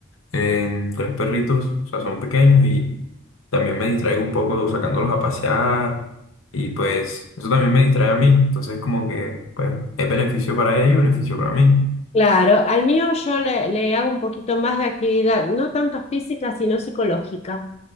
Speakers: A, on the left (about 80°); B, on the left (about 30°).
A: eh, tres perritos, o sea, son pequeños y También me distraigo un poco sacándolos a pasear y pues eso también me distrae a mí. Entonces como que pues es beneficio para ellos, beneficio para mí.
B: claro, al mío yo le, le hago un poquito más de actividad, no tanto física, sino psicológica.